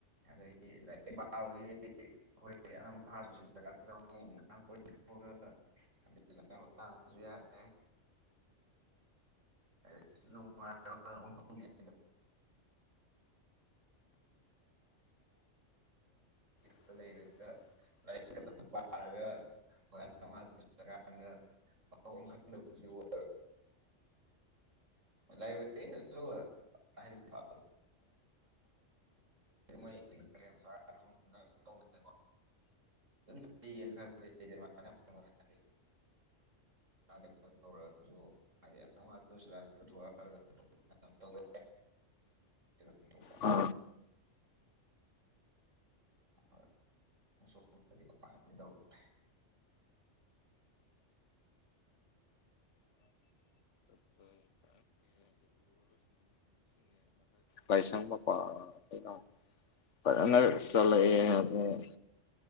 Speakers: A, on the right; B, on the left.
A: ꯑꯗꯒꯤ ꯂꯥꯢꯔꯤꯛ ꯄꯥꯕꯒꯤ ꯍꯣꯏ <unintelligible> <unintelligible> <unintelligible> <inaudible> <unintelligible> ꯛꯇ ꯂꯩꯔꯒ ꯂꯥꯏꯔꯤꯛ ꯈꯛꯇ ꯄꯥꯔꯒ--꯫ ꯍꯣꯏ <unintelligible> <inaudible> ꯂꯥꯏꯕ꯭ꯔꯦꯔꯤꯗꯁꯨ ꯍꯥꯏꯗꯤꯀꯣ ꯃꯣꯏ <inaudible> ꯇꯧꯅꯀꯣ ꯑꯩꯅ ꯈꯜꯂꯦ ꯑꯗꯨꯃꯥꯏꯅ ꯍꯥꯏꯗꯤ ꯀꯩꯅꯣ ꯇꯧꯔꯒꯁꯨ <unintelligible> ꯇꯧꯕ <unintelligible>
B: ꯑ
A: <unintelligible>
B: <inaudible> ꯂꯥꯏꯁꯪꯄꯄꯥ ꯑꯩꯅꯥ ꯐꯖꯅꯔꯛ ꯆꯠꯂꯛꯑ‌ꯦ <unintelligible>